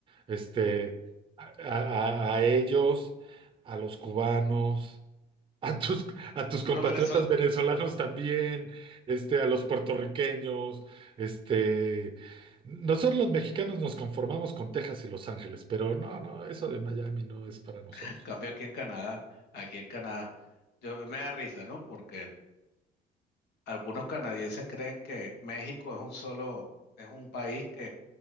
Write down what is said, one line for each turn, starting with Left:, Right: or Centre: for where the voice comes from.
Right: este, a, a- a ellos, a los cubanos, <laughs> a tus, a
Left: <laughs>
Right: tus compatriotas
Left: pero por eso,
Right: venezolanos también, este, a los puertorriqueños, este, nosotros los mexicanos nos conformamos con Texas y Los Ángeles, pero no, no, eso de Miami no es para nosotros.
Left: <laughs> en cambio aquí en Canadá, aquí en Canadá, yo, me da risa, ¿no? Porque algunos canadienses creen que México es un solo, es un país